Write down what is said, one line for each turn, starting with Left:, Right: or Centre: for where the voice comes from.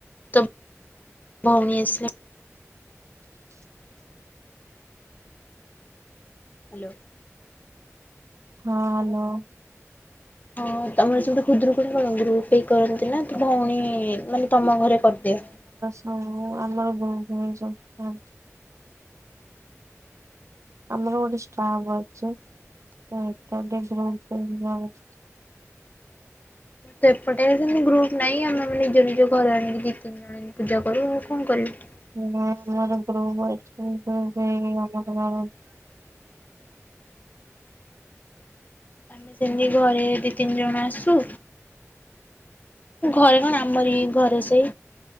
Left: ତୋ ଭଉଣୀ ଆସିଲେ
Right: ହ
Left: ହାଲୋ।
Right: ହଁ ହାଲୋ।
Left: ହଁ ତମର ସେପଟେ ଖୁଦୁରୁକୁଣୀ କଣ ଗ୍ରୁପ୍ ହେଇକି କରନ୍ତି ନା ତୁ ଭଉଣୀ ମାନେ ତମ ଘରେ କରିଦିଅ।
Right: ହଁ ଆମର ଗ୍ରୁପ୍ ହେଇ ସବୁ କରନ୍ତି। ଆମର ଗୋଟେ ଷ୍ଟାପ୍ ଅଛି ସେ ଏକାଠି ଗ୍ରୁପ୍ ହେଇକି <unintelligible>
Left: ସେପଟେ ସେନ୍ତି ଗ୍ରୁପ୍ ନାଇଁ ଆମେ-ଆମେ ନିଜ-ନିଜ ଘରେ ଆଣିକି <unintelligible> ଆଣିକି ପୂଜା କରୁ ଆଉ କଣ କିରିବୁ।
Right: ହଁ ଆମର ଗ୍ରୁପ୍ ଅଛି ସେଇ ଆମର <inaudible>
Left: ଆମେ ସେମ୍ତି ଘରେ ଦି ତିନି ଜଣ ଆସୁ ଘରେ କଣ ଆମରି ଘରେ ସେଇ